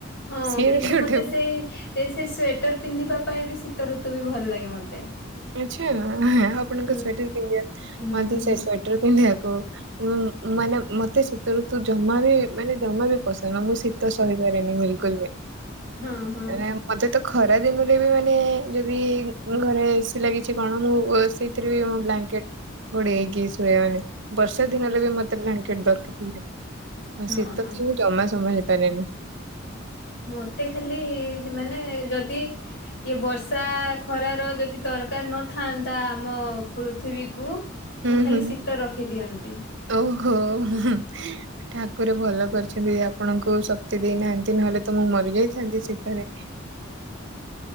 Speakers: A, on the left; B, on the right.
A: ହଁ,
B: ସିଏ
A: କିନ୍ତୁ
B: ବି ଗୋଟେ
A: ମତେ ସେଇ ଏ ସେ ସ୍ଵେଟର ପିନ୍ଧିବା ପାଇଁ ବି ଶୀତ ଋତୁ ବି ଭଲ ଲାଗେ ମତେ।
B: ଆଚ୍ଛା ଆପଣଙ୍କ
A: ହୁଁ
B: ସ୍ଵେଟର ପିନ୍ଧିବା,
A: ହୁଁ
B: ମତେ
A: ହୁଁ ହୁଁ
B: ସେ ସ୍ଵେଟର ପିନ୍ଧିବାକୁ ମାନେ ମତେ ଶୀତୠତୁ ଜମା ବି ମାନେ ଜମା ବି ପସନ୍ଦ ନୁହଁ, ମୁଁ ଶୀତ ସହିପାରିନି ବିଲକୁଲ ବି। <inaudible>
A: ହଁ ହଁ।
B: ମାନେ ମତେ ତ ଖରା ଖରା ଦିନରେ ବି ମାନେ ଯଦି ଘରେ ଏସି ଲାଗିଛି କଣ ମୁଁ ସେଥିରେ ବି ବ୍ଲାଙ୍କେଟ୍ ଘୋଡେ଼ଇ ହେଇକି ଶୁଏ। ମାନେ ବର୍ଷା ଦିନରେ ବି ମତେ ଦରକାର ହୁଏ। ଆଉ
A: ହଁ
B: ଶୀତ
A: ହଁ।
B: ତ ମୁଁ ଜମା ସମ୍ଭାଳି ପାରେନି।
A: ମତେ ଖାଲି ମାନେ ଯଦି ଇଏ ବର୍ସ ବର୍ଷା ଖରାର ଯଦି ଦରକାର ନଥାନ୍ତା ଆମ ପୃଥିବୀକୁ
B: ହୁଁ
A: ମୁଁ ଖାଲି
B: ହୁଁ
A: ଶୀତ ରଖିଦିଅନ୍ତି।
B: ଓହୋ ଠା ଠାକୁର ଭଲ କରିଛନ୍ତି ଆପଣଙ୍କୁ ଶକ୍ତି ଦେଇନାହାନ୍ତି ନହେଲେ ତ ମୁଁ ମରିଯାଇଥାନ୍ତି ଶୀତରେ